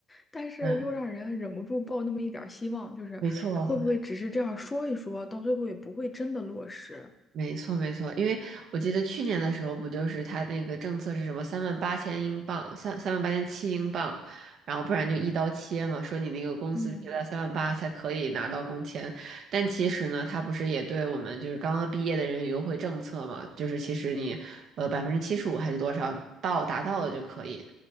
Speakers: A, on the left (about 20°); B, on the right (about 55°).
A: 但是又让人忍不住抱那么一点儿希望，
B: 嗯，
A: 就是他会不会只是这样说一说，
B: 没错。
A: 到最后也不会真的落实？
B: 没错，没错，因为我记得去年的时候，不就是他那个政策是什么三万八千英镑，三三万八千七英镑，然后不然就一刀切嘛，说你那个工资必须在三万八才可以拿到工签。
A: 嗯
B: 但其实呢，他不是也对我们就是刚刚毕业的人有优惠政策嘛，就是其实你呃百分之七十五还是多少到达到了就可以。